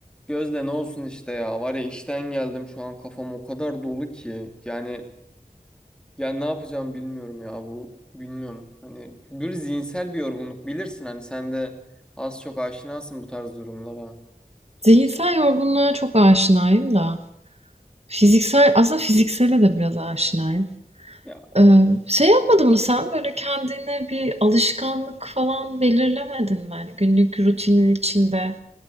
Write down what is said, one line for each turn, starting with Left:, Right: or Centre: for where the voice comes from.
Centre: Gözde ne olsun işte ya var ya işten geldim şu an kafam o kadar dolu ki yani yani ne yapacağım bilmiyorum ya bu bilmiyorum hani bir zihinsel bir yorgunluk bilirsin hani sen de az çok aşinasın bu tarz durumlara
Right: Zihinsel
Centre: işte
Right: yorgunluğa çok aşinayım da. Fiziksel, aslında fiziksele de biraz aşinayım.
Centre: ya
Right: Ee, şey yapmadın mı sen? Böyle kendine bir alışkanlık falan belirlemedin mi? Hani günlük rutinin içinde